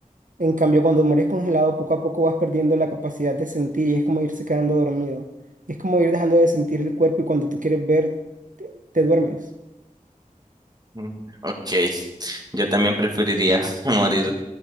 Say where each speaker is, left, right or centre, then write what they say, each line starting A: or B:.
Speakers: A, on the right; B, on the right.
A: En cambio, cuando mueres congelado, poco a poco vas perdiendo la capacidad de sentir y es como irse quedando dormido. Es como ir dejando de sentir el cuerpo y cuando tú quieres ver, te, te duermes.
B: Mm, Ok, yo también preferiría <laughs> morir